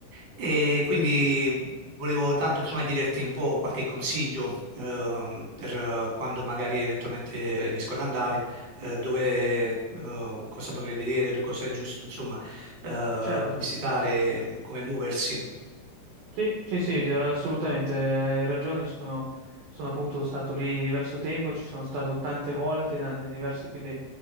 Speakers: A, on the right; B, on the right.
A: e quindi volevo tanto insomma chiederti un po' qualche consiglio ehm, per eh, quando magari eventualmente riesco ad andare, eh, dove, eh, cosa potrei vedere, cosa è giusto insomma eh,
B: certo.
A: visitare, come muoversi.
B: Sì, sì, sì, sì, assolutamente, hai ragione. Sono, sono appunto stato lì diverso tempo, ci sono stato tante volte in anni diversi, quindi